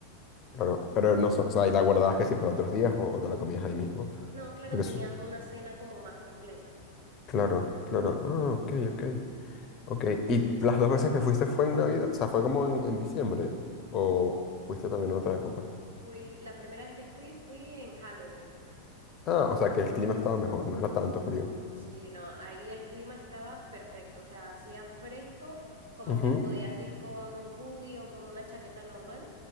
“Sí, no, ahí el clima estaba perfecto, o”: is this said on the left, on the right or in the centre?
Right